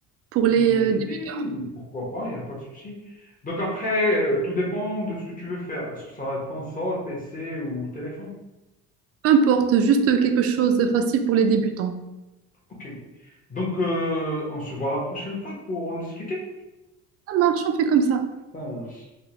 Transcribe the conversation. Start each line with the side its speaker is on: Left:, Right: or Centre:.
Right: Pour les
Left: Oui,
Right: euh, débutants,
Left: pourquoi pas, il n'y a pas de souci. Donc après, euh, tout dépend de ce que tu veux faire. Est-ce que ça va être console, PC ou téléphone?
Right: peu importe, juste quelque chose de facile pour les débutants.
Left: Ok. Donc, euh, on se voit la prochaine fois pour en discuter.
Right: Ça marche, on fait comme ça.
Left: Ça marche.